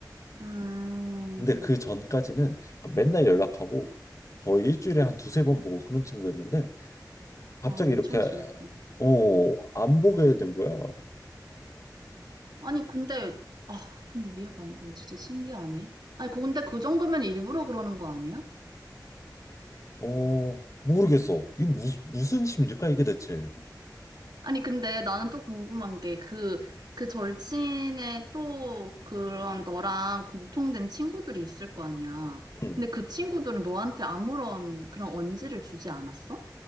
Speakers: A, on the right (about 75°); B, on the left (about 45°).
A: 음.
B: 근데 그 전까지는 맨날 연락하고 거의 일주일에 한 두세 번 보고 그런 친구였는데 갑자기
A: 아, 엄청
B: 이렇게
A: 친했구나.
B: 어, 안 보게 된 거야.
A: 아니, 근데, 아, 근데 이해가 안 돼. 진짜 신기하네. 아니, 근데 그 정도면 일부러 그러는 거 아니야?
B: 어, 모르겠어. 이게 무, 무슨 심리일까 이게 대체.
A: 아니, 근데 나는 또 궁금한 게 그, 그 절친의 또 그런 너랑 공통된 친구들이 있을 거 아니야.
B: 응.
A: 근데 그 친구들은 너한테 아무런 그런 언지를 주지 않았어?